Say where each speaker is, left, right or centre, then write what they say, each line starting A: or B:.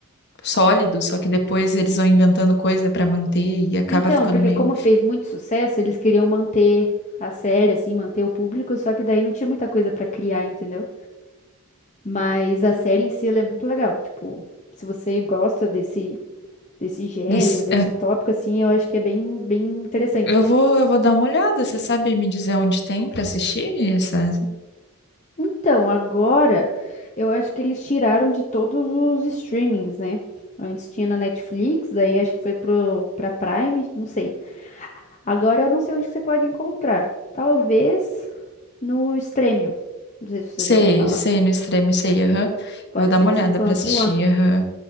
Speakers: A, on the left; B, on the left.
A: sólido, só que depois eles vão inventando coisa pra manter e acaba
B: Então,
A: ficando
B: porque
A: meio
B: como fez muito sucesso, eles queriam manter a série, assim, manter o público, só que daí não tinha muita coisa pra criar, entendeu? Mas a série em si, ela é muito legal. Tipo, se você gosta desse, desse gênero,
A: desse.
B: desse tópico, assim, eu acho que é bem, bem interessante.
A: Eu vou, eu vou dar uma olhada. Você sabe me dizer onde tem para assistir essa?
B: Então, agora eu acho que eles tiraram de todos os streamings, né? Antes tinha na Netflix, daí acho que foi pro, pra Prime, não sei. Agora eu não sei onde que você pode encontrar. Talvez no Stremio. Não sei se você
A: Sei,
B: já ouviu falar.
A: sei, no extremo, sei, aham. Eu
B: Pode
A: Vou dar
B: ser
A: uma
B: que
A: olhada
B: você encontre
A: pra assistir,
B: lá.
A: aham.